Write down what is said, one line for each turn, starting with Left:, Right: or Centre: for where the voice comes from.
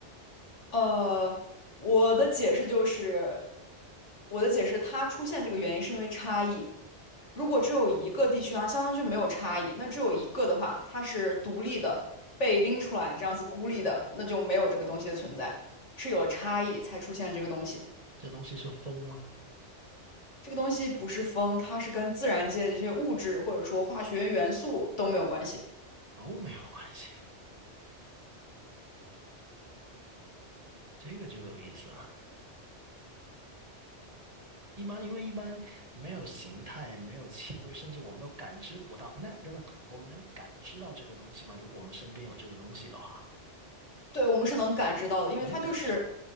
Left: 呃，我的解释就是，我的解释，它出现这个原因是因为差异。如果只有一个地区啊，相当于就没有差异。那只有一个的话，它是独立的，被拎出来这样子孤立的，那就没有这个东西的存在，是有差异才出现这个东西。
Right: 这东西是风吗？
Left: 这个东西不是风，它是跟自然界的这些物质或者说化学元素都没有关系。
Right: 都没有关系，这个就有意思了。一般因为一般没有形态，没有气味，甚至我们都感知不到。那等等，我们能感知到这个东西吗？如果我们身边有这个东西的话，
Left: 对，我们是能感知到的，因为它就是，
Right: 能感知。